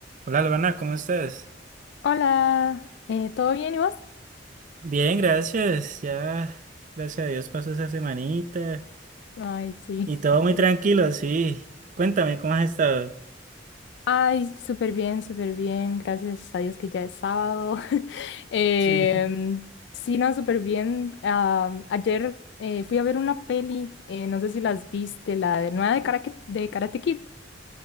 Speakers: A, on the right (about 45°); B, on the left (about 65°).
A: Hola, Albana, ¿cómo estás?
B: Hola, eh, ¿todo bien y vos?
A: Bien, gracias. Ya, gracias a Dios pasó esa semanita
B: Ay, sí.
A: y
B: Disculpa.
A: todo muy tranquilo, sí. Cuéntame, ¿cómo has estado?
B: Ay, súper bien, súper bien. Gracias a Dios que ya es sábado. <laughs> Em,
A: Sí.
B: sí, no, súper bien. Am, ayer eh, fui a ver una peli, eh, no sé si las viste, la de nueva de Karate, de Karate Kid.